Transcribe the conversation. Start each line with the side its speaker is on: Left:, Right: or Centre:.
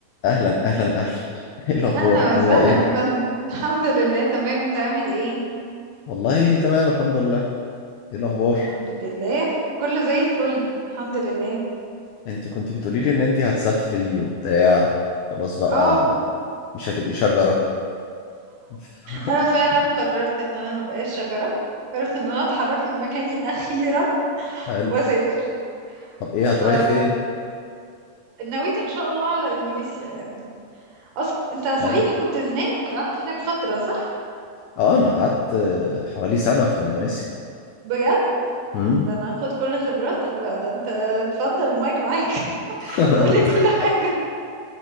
Left: اهلا اهلا اهلا <laughs> ايه الاخبار
Right: اهلا
Left: عامله
Right: وسهلا
Left: ايه
Right: يا فندم <laughs> الحمد لله تمام انت عامل ايه
Left: والله تمام الحمد لله ايه الاخبار
Right: الحمد لله كله زي الفل الحمد لله
Left: انت كنت بتقولي لي ان انت هتسافري وبتاع خلاص بقى
Right: اه
Left: مش هتبقي شجره <laughs>
Right: انا فعلا قررت ان انا ما بقاش شجره قررت ان انا اتحرك من مكاني اخيرا
Left: حلو
Right: واسافر
Left: طب ايه
Right: ف
Left: هتروحي فين
Right: نويت ان شاء الله على اندونيسيا يعني أص... انت صحيح
Left: حلو
Right: كنت هناك قعدت هناك فتره صح
Left: اه انا قعدت حوالي سنه في اندونيسيا
Right: بجد
Left: مم.
Right: ده انا هاخد كل خبراتك بقى ده انت اتفضل المايك معاك <laughs>
Left: <laughs>
Right: قولي كل حاجه